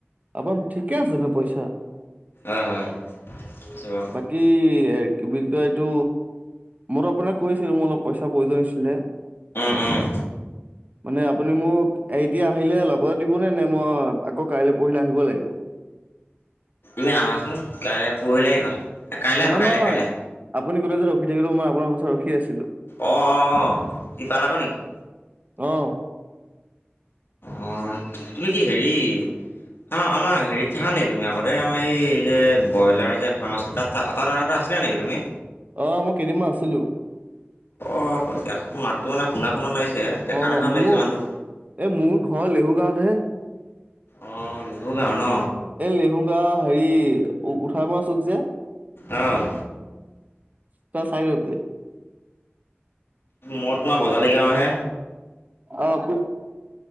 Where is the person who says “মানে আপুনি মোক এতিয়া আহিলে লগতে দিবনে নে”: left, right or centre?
Right